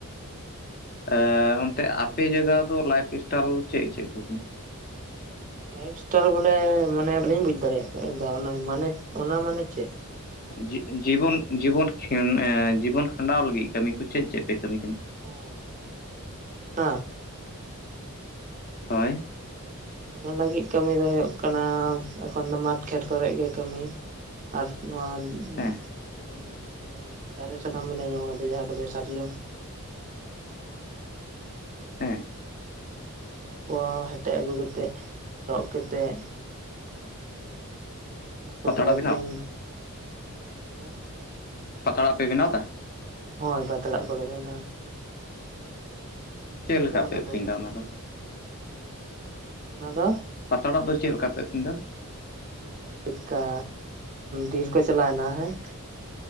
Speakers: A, on the left; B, on the right.
A: ᱮ ᱚᱱᱛᱮ ᱟᱯᱮ ᱡᱟᱭᱜᱟ ᱫᱚ ᱞᱟᱭᱤᱯᱷ ᱥᱴᱟᱭᱤᱞ ᱪᱮᱫ ᱪᱮᱫ ᱠᱚ ᱠᱟᱱᱟ?
B: ᱞᱟᱭᱤᱯᱷ ᱥᱴᱟᱞ ᱵᱚᱞᱮ ᱢᱟᱱᱮ ᱵᱟᱹᱧ ᱵᱩᱡᱷ ᱫᱟᱲᱮᱭᱟᱜ ᱮᱫᱟ ᱚᱱᱟ ᱢᱟᱱᱮ ᱚᱱᱟ ᱢᱟᱱᱮ ᱪᱮᱫ?
A: ᱡᱤ ᱡᱤᱵᱚᱱ ᱡᱤᱵᱚᱱ ᱠᱷᱮᱱ ᱮᱸ ᱡᱤᱵᱚᱱ ᱠᱷᱟᱸᱰᱟᱣ ᱞᱟᱹᱜᱤᱫ ᱠᱟᱹᱢᱤ ᱠᱚ ᱪᱮᱫ ᱪᱮᱫ ᱯᱮ ᱠᱟᱹᱢᱤ ᱠᱟᱱᱟ?
B: ᱚ, ᱚᱱᱟ?
A: ᱦᱳᱭ᱾
B: ᱚᱱᱟ ᱞᱟᱹᱜᱤᱫ ᱠᱟᱹᱢᱤ ᱫᱚ ᱦᱩᱭᱩᱜ ᱠᱟᱱᱟ, ᱮᱠᱷᱚᱱ ᱫᱚ ᱢᱟᱴ ᱠᱷᱮᱛ ᱠᱚᱨᱮᱜ ᱜᱮ ᱠᱟᱹᱢᱤ᱾ ᱟᱨ ᱱᱚᱣᱟ ᱩ,
A: ᱦᱮᱸ
B: ᱩᱸ ᱢᱟᱱᱮ ᱫᱟᱨᱮ ᱥᱟᱠᱟᱢ <unintelligible> ᱠᱟᱛᱮᱫ ᱡᱟᱦᱟᱸ ᱠᱚ ᱞᱟᱹᱭᱟ ᱥᱟᱨᱡᱚᱢ᱾
A: ᱦᱮᱸ᱾
B: ᱚᱱᱟ ᱠᱚ ᱦᱮᱴᱮᱡ ᱟᱹᱜᱩ ᱠᱟᱛᱮᱜ, ᱨᱚᱜ ᱠᱟᱛᱮᱜ ᱚᱱᱟ ᱠᱚᱜᱮ
A: ᱯᱟᱛᱲᱟ
B: ᱟᱹᱠᱷᱨᱤᱧ,
A: ᱵᱮᱱᱟᱣ
B: ᱦᱮᱸ?
A: ᱯᱟᱛᱲᱟᱜ ᱯᱮ ᱵᱮᱱᱟᱣ ᱫᱟ?
B: ᱦᱳᱭ ᱯᱟᱛᱲᱟᱜ ᱠᱚᱞᱮ ᱵᱮᱱᱟᱣᱟ, ᱠᱟᱹᱢᱤ
A: ᱪᱮᱫ ᱞᱮᱠᱟ
B: ᱫᱚ ᱚᱱᱟ
A: ᱯᱮ ᱟᱹᱠᱷᱨᱤᱧ
B: ᱠᱚᱜᱮ᱾
A: ᱮᱫᱟ ᱚᱱᱟ ᱫᱚ
B: ᱚᱱᱟ ᱫᱚ
A: ᱯᱟᱛᱲᱟᱜ ᱫᱚ ᱪᱮᱫ ᱞᱮᱠᱟ ᱯᱮ ᱟᱹᱠᱷᱨᱤᱧ ᱫᱟ?
B: ᱢᱟᱱᱮ ᱪᱮᱠᱠᱟ ᱵᱤᱨ ᱠᱚ ᱪᱟᱞᱟᱣᱱᱟ ᱦᱮᱸ